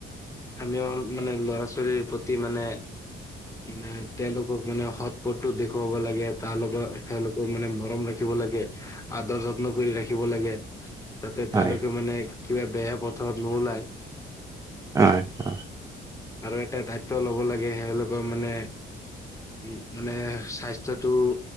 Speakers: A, on the left; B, on the right.
A: আমি অল মানে ল'ৰা ছোৱালীৰ প্ৰতি মানে মানে তেওঁলোকক মানে সৎ পথটো দেখুৱাব লাগে, তাৰ লগত তেওঁলোকে মানে মৰম ৰাখিব লাগে, আদৰ যত্ন কৰি ৰাখিব লাগে। যাতে
B: হয়
A: তেওঁলোকে মানে কিবা বেয়া পথাৰত নোলায়।
B: হয় হয়।
A: আৰু এটা দায়িত্ব ল'ব লাগে এলোকৰ মানে উম মানে স্বাস্থ্যটো